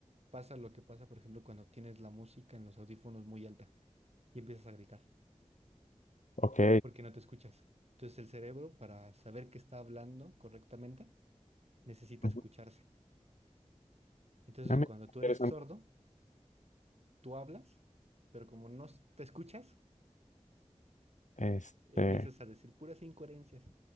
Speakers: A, on the right; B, on the left.
A: pasa lo que pasa, por ejemplo, cuando tienes la música en los audífonos muy alta y empiezas a gritar
B: Ok.
A: porque no te escuchas. Entonces el cerebro, para saber que está hablando correctamente, necesita
B: Ujú.
A: escucharse. Entonces
B: Ah, mira,
A: cuando
B: qué
A: tú
B: interesante.
A: eres sordo, tú hablas, pero como no s- te escuchas,
B: Este,
A: empiezas a decir puras incoherencias,